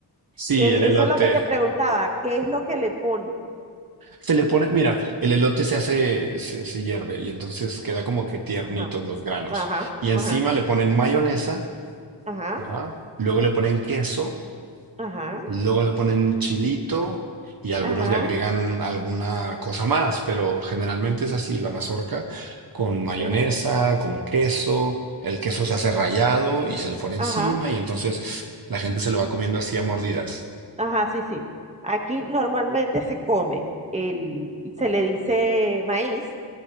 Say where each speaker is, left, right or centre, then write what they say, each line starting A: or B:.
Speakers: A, on the right; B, on the right.
A: sí,
B: Que
A: el
B: eso
A: elote.
B: es lo que te preguntaba. ¿Qué es lo que le pone?
A: Se le pone, mira, el elote se hace, se, se hierve y entonces queda como que tiernitos
B: Ajá.
A: los granos.
B: Ajá.
A: Y encima
B: Ajá. ¿no?
A: le ponen mayonesa,
B: Ajá.
A: ajá, luego le ponen queso
B: Ajá.
A: Luego le ponen chilito y algunos
B: Ajá.
A: le agregan alguna cosa más, pero generalmente es así, la mazorca con mayonesa,
B: Ajá.
A: con queso, el queso se hace rallado y se le pone encima
B: Ajá.
A: y entonces la gente se lo va comiendo así a mordidas.
B: Ajá. Sí, sí. Aquí normalmente se come el, se le dice maíz,